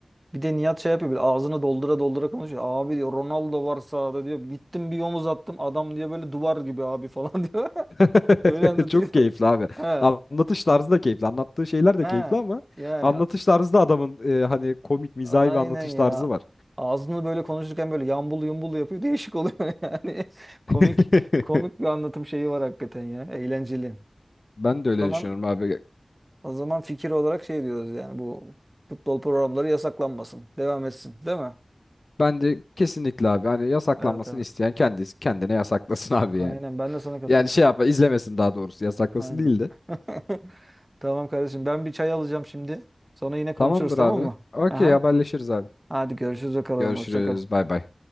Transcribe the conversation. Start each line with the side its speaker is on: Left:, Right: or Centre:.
Right: Bir de Nihat şey yapıyor böyle ağzını doldura doldura konuşuyor. Abi diyor Ronaldo var sahada diyor. Gittim bir omuz attım adam diyor böyle duvar gibi abi falan <laughs> diyor.
Left: <laughs>
Right: Böyle anlatıyor.
Left: Çok keyifli abi.
Right: He.
Left: Anlatış tarzı da keyifli. Anlattığı şeyler de
Right: He.
Left: keyifli ama
Right: Yani
Left: anlatış tarzı da adamın e, hani komik, mizahi
Right: aynen
Left: bir anlatış
Right: ya.
Left: tarzı var.
Right: Ağzını böyle konuşurken böyle yambul yumbul yapıyor. Değişik oluyor <laughs> yani. Komik
Left: <laughs>
Right: komik bir anlatım şeyi var hakikaten ya. Eğlenceli.
Left: Ben de
Right: O
Left: öyle
Right: zaman
Left: düşünüyorum abi.
Right: O zaman fikir olarak şey diyoruz yani bu futbol programları yasaklanmasın. Devam etsin, değil mi?
Left: Ben de kesinlikle abi hani yasaklanmasını
Right: Evet evet.
Left: isteyen kendisi kendine yasaklasın <laughs> abi
Right: Aynen
Left: yani.
Right: ben de sana katılıyorum.
Left: Yani şey yapma izlemesin daha doğrusu yasaklasın
Right: Aynen.
Left: değil de.
Right: <laughs> Tamam kardeşim ben bir çay alacağım şimdi. Sonra yine
Left: Tamamdır
Right: konuşuruz tamam
Left: abi.
Right: mı?
Left: Okey
Right: Aha.
Left: haberleşiriz abi.
Right: Hadi görüşürüz bakalım.
Left: Görüşürüz.
Right: Hoşça kal.
Left: Bay bay.